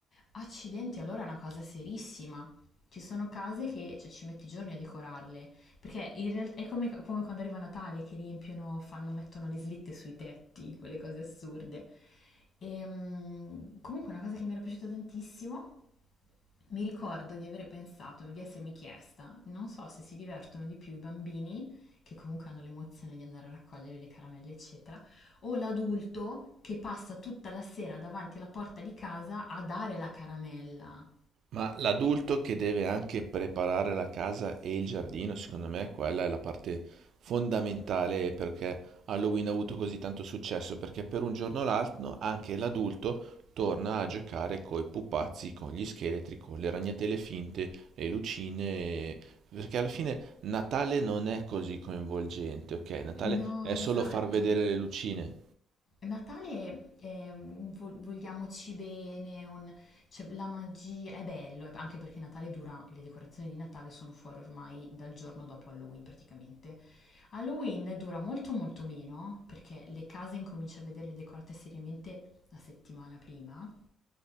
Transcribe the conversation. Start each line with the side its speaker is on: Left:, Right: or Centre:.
Left: accidenti, allora è una cosa serissima. Ci sono case che cioè, ci metti giorni a decorarle, perché in realtà è come, come quando arriva Natale che riempiono, fanno, mettono le slitte sui tetti, quelle cose assurde. E, mm, comunque è una cosa che mi era piaciuta tantissimo mi ricordo di aver pensato, di essermi chiesta, non so se si divertono di più i bambini, che comunque hanno l'emozione di andare a raccogliere le caramelle, eccetera, o l'adulto che passa tutta la sera davanti alla porta di casa a dare la caramella.
Right: Ma l'adulto che deve anche preparare la casa e il giardino, secondo me quella è la parte fondamentale perché Halloween ha avuto così tanto successo, perché per un giorno o l'altro anche l'adulto torna a giocare coi pupazzi, con gli scheletri, con le ragnatele finte, le lucine, e- perché alla fine Natale non è così coinvolgente, ok? Natale
Left: No,
Right: è
Left: esatto.
Right: solo far vedere le lucine.
Left: Natale è un vol- vogliamoci bene, un- cioè, la magia è bello, anche perché Natale dura, le decorazioni di Natale sono fuori ormai dal giorno dopo Halloween praticamente. Halloween dura molto molto meno perché le case incominci a vederle decorate seriamente la settimana prima